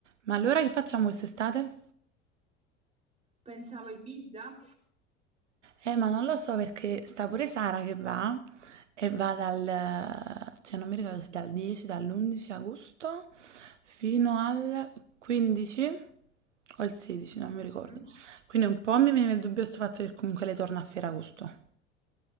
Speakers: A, on the right; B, on the right.
A: Ma allora che facciamo quest'estate?
B: Pensavo a Ibiza
A: Eh, ma non lo so perché sta pure Sara che va e va dal, cioè non mi ricordo se dal 10, dall'11 agosto fino al 15 o il 16, non mi ricordo.
B: Mm?
A: Quindi un po' mi viene il dubbio sto fatto che comunque lei torna a Ferragosto.